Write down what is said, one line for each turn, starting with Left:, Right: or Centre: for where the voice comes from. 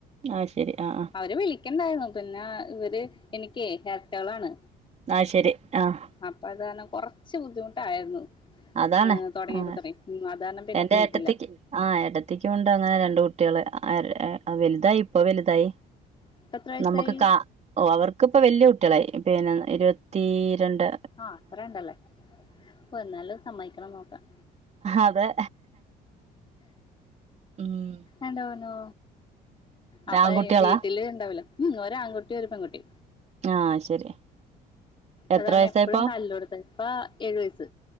Right: ആഹ് ശരി ആഹ് ആഹ്
Left: അവര് വിളി ക്കിണ്ടായിരുന്നു പിന്നാ ഇവര് എനിക്കേ എരട്ടകളാണ്
Right: ആയ്ശരി ആഹ്
Left: അപ്പ അതാണ് കൊറച്ച് ബുദ്ധിമുട്ടായിര്ന്നു
Right: അതാണ്
Left: ആഹ് തൊടങ്ങിയപ്പൊ
Right: ആഹ്
Left: തൊട്ടേ ഉം അതാരണം പിന്നെ
Right: എന്റെ
Left: പോയിട്ടില്ല
Right: ഏട്ടത്തിക്ക് ആഹ് ഏട്ടത്തിക്കും ഉണ്ട് അങ്ങനെ രണ്ടു കുട്ട്യാള് വലുതായി ഇപ്പൊ വലുതായി
Left: ഇപ്പ എത്ര വയസായി
Right: നമ്മുക്ക് കാ ഓഹ് അവർക്ക് ഇപ്പ വെല്ല്യ കുട്ട്യാളായി പിന്നെ ഇരുപത്തീരണ്ട്
Left: ആഹ് ഇപ്പ രണ്ടല്ലേ എന്നാലും സമ്മയിക്കണം നോക്കാം
Right: അതെ ഉം
Left: എന്റെ പൊന്നോ അപ്പ
Right: ആൺകുട്ടികളാ
Left: വീട്ടില് ഇണ്ടാവില്ലോ ഉം ഒരു ആൺകുട്ടി ഒരു പെൺകുട്ടി
Right: ആഹ് ശരി എത്ര
Left: അത് തന്നെ
Right: വയസായിപ്പോ
Left: എപ്പഴും തല്ലു കൊടുത്ത് ഇപ്പാ ഏഴു വയസ്സ്